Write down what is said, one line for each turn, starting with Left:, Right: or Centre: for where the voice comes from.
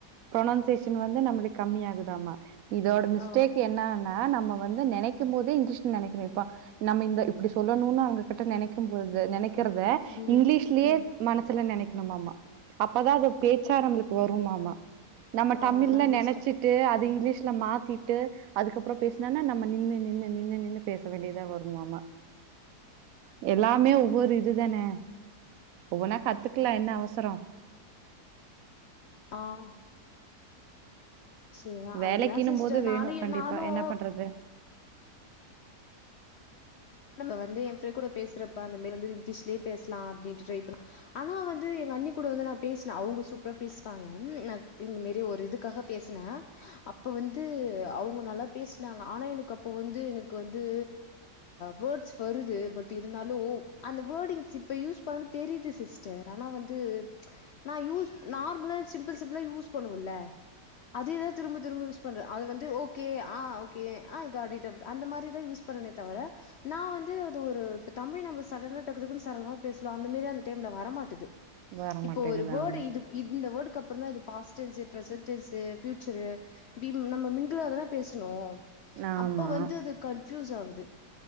Right: புரனவுன்சேஷன் வந்து நம்மளுக்கு கம்மிய ஆகுதாம்மா இதோட மிஸ்டேக்
Left: ஆ
Right: என்னனா ஆனா நம்ம வந்து நினைக்கும் போதே இங்கிலீஷ்ல நினைக்கணும்பா நம்ம இந்த இப்படி சொல்லணும் அவங்ககிட்ட நினைக்கும் போது நினைக் <unintelligible> இருக்கிறது
Left: ம்
Right: இங்கிலீஷ்லயே
Left: ம்
Right: மனசுல நினைக் ஆமாமா அப்பதான் அது பேச்சா நம்மளுக்கு வரும்மாமா தமிழ்ல
Left: ஆமா சிஸ்டர்
Right: நினைச்சிட்டு அது இங்கிலீஷ் <unintelligible> மாத்திட்டு அதுக்கப்புறம் பேசினனா நம்ம நின் நின் நின்னு நின்னு பேச வேண்டியதா வருமமா எல்லாமே ஒவ்வொரு இதுதானே ஒவ்வொன்னா கத்துக்கலாம் என்ன அவசரம்
Left: ஆஹ் செரி
Right: வேலைக்கின்னும்
Left: அதுதான் சிஸ்டர்
Right: போது வேணும்
Left: நானும்
Right: கண்டிப்பா.
Left: - நானும்
Right: என்ன பண்றது?
Left: இப்போ வந்து என் ஃப்ரெண்ட் கூட பேசுறப்ப அந்தமாரி வந்து இங்கிலீஷ்லய பேசலாம் அப்படின்ட்டு ட்ரை பண்ண ஆனால் வந்து எங்க அண்ணி கூட வந்து நான் பேசினேன் அவங்க சூப்பராக பேசுவாங்க நான் இந்த மாரி ஒரு இதுக்காக பேசன அப்போ வந்து அவங்க நல்லா பேசனாங்க ஆனால் எனக்கு அப்போ வந்து எனக்கு வந்து வேர்ட்ஸ் வருது பட் இருந்தாலும் ஓ அந்த வேர்ட இங் இப்ப யூஸ் பண்ணணும் தெரியுது சிஸ்டர் ஆனா வந்து நான் யூஸ் நார்மலா சிம்பிள் சிம்பிளா யூஸ் பண்ணுவல அதேதான் திரும்ப திரும்ப யூஸ் பண்றன் அது வந்து ஓகே ஆ ஓகே ஆ அந்த <unintelligible> மாதிரிதான் யூஸ் பண்ணனே தவிர நான் வந்து அது ஒரு தமிழ் நம்ம சடனா டக்கு டக்குன்னு சரளமா பேசலாம் அந்த மாரி அந்த டைம்ல வர மாட்டேது
Right: வர
Left: இப்போ
Right: மாட்டேங்குது.
Left: ஒரு வேர்ட
Right: ஆமா.
Left: இது இந்த இந்த வேர்ட் அப்புற தா past tense present tense future <unintelligible> நம்ம மிங்களா தானே பேசணும்
Right: ஆமா.
Left: அப்ப வந்து அது <unintelligible> <unintelligible> ஆவுது